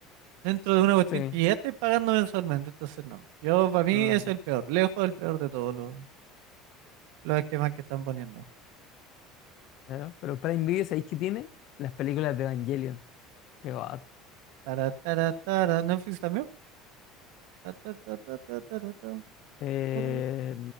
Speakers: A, on the right; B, on the left.
A: dentro de una cuestión
B: Sí.
A: que ya estás pagando mensualmente. Entonces, no. Yo, para
B: Mm,
A: mí, es el peor, lejos el peor de todos los, los esquemas que están poniendo.
B: claro. Pero Prime Video, ¿sabéis qué tiene? Las películas de Evangelion. Qué va
A: Tara, tara, tara. Netflix también Ta, ta, ta, ta, ta, ta, ta, ta,
B: Eh,
A: ta,